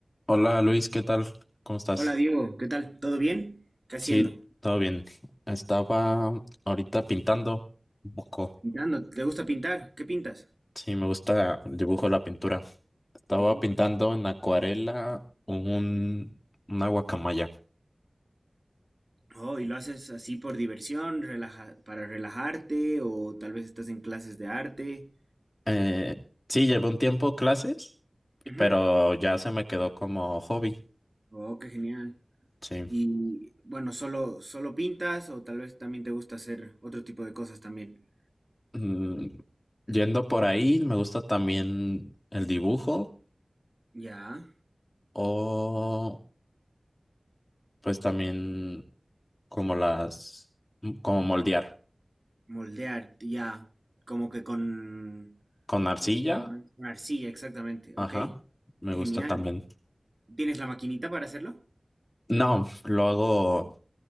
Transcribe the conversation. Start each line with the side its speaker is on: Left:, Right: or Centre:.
Left: Hola Luis, ¿qué tal? ¿Cómo estás?
Right: Hola Diego, ¿qué tal? ¿Todo bien? ¿Qué haciendo?
Left: Sí, todo bien. Estaba ahorita pintando un poco.
Right: Pintando. ¿Te gusta pintar? ¿Qué pintas?
Left: Sí, me gusta el dibujo, la pintura. Estaba
Right: Dibujo.
Left: pintando en acuarela un, una guacamaya.
Right: Oh, ¿y lo haces así por diversión, relaja- para relajarte o tal vez estás en clases de arte?
Left: Eh, sí, llevé un tiempo clases,
Right: Ujú.
Left: pero ya se me quedó como hobby.
Right: Oh, qué genial.
Left: Sí.
Right: Y bueno, solo solo pintas o tal vez también te gusta hacer otro tipo de cosas también.
Left: Mm, yendo por ahí, me gusta también el dibujo
Right: Ya,
Left: o pues también como las, como moldear.
Right: moldear, ya, como que con
Left: Con arcilla,
Right: ¿cómo se llama? Con arcilla, exactamente.
Left: ajá,
Right: Ok.
Left: me
Right: Qué
Left: gusta
Right: genial.
Left: también.
Right: ¿Tienes la maquinita para hacerlo?
Left: No, lo hago,